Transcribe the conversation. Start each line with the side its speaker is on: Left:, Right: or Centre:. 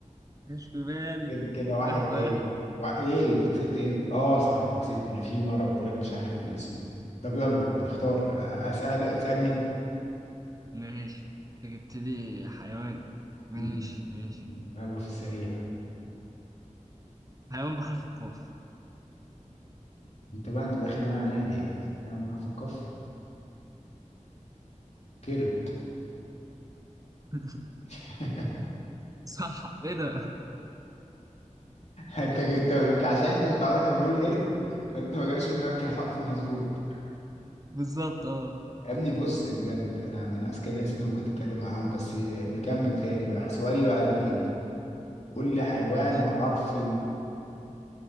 Right: مش في بالي
Left: كده كده واحد
Right: واحد
Left: ليا
Right: واحد
Left: وع- ايه انت كسبت امتى اه صح انت كسبت انا في مره قلت لك مش عارف الاسم ايه طب يلا اختار آه، اسالك اسالني انت
Right: ماشي أنت جبت لي حيوان ماشي
Left: مم.
Right: ماشي
Left: يلا في السريع
Right: حيوان بحرف القاف
Left: انت بقى انت داخل معايا نادي يعني حيوان بحرف القاف كرد
Right: <laughs>
Left: <laughs>
Right: صح إيه ده
Left: انت انت انت عشان انت متعود احنا بنقول قرد فانت ما جاش في دماغك الحرف مظبوط
Right: بالظبط آه
Left: يا ابني بص بجد انا من اذكى الناس اللي ممكن تتكلم معاهم بس نكمل تاني بقى سؤالي بقى ليك انت قول لي حيوان
Right: ماشي
Left: بحرف